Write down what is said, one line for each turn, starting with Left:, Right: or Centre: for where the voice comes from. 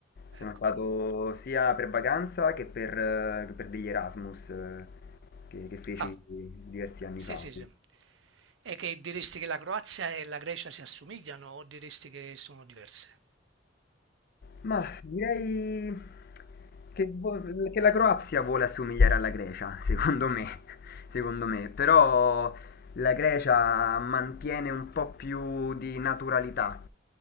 Right: Ecco.
Left: Sono stato sia per vacanza che per, eh, che per degli Erasmus eh, che, che feci
Right: Ah,
Left: diversi anni
Right: sì,
Left: fa.
Right: sì, sì. E che diresti che la Croazia e la Grecia si assomigliano o diresti che sono diverse?
Left: Ma direi che, vo- che la Croazia vuole assomigliare alla Grecia, secondo me, <laughs> secondo me, però la Grecia mantiene un po' più di naturalità